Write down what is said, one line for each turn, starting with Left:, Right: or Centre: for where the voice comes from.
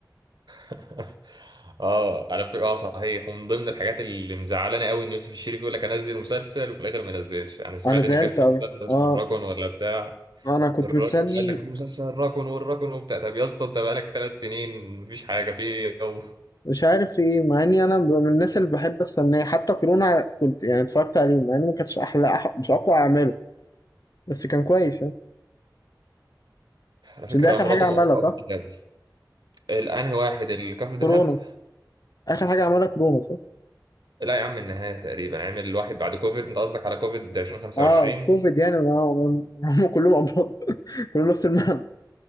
Right: <laughs> اه على فكره اه صحيح ومن ضمن الحاجات اللي مزعلانه قوي ان يوسف الشريف يقول لك انزل مسلسل وفي الاخر ما ينزلش يعني سمعت
Left: انا زعلت
Right: ان كان في
Left: قوي
Right: مسلسل اسمه
Left: اه
Right: الراكون ولا بتاع
Left: انا كنت
Right: الراجل
Left: مستني
Right: قال لك في مسلسل الراكون والراكون وبتاع طب يا اسطى انت بقالك ثلاث سنين مفيش حاجه في إيه؟ هو
Left: مش عارف في ايه مع اني انا ب- من الناس اللي بحب استناه حتى كورونا كنت يعني اتفرجت عليه مع انه ما كانش احلى أح- مش اقوى اعماله بس كان كويس يعني
Right: على
Left: عشان
Right: فكره
Left: ده اخر
Right: مراته
Left: حاجه عملها
Right: موجوده
Left: صح
Right: في الكتاب الانهي واحد الكفر دلهاب
Left: كورونا اخر حاجه عملها كورونا صح
Right: لا يا عم النهايه تقريبا عامل واحد بعد كوفيد انت قصدك على كوفيد 2025
Left: اه كوفيد يعني ما هو- ما هم كلهم امراض <laughs> كلهم نفس المعنى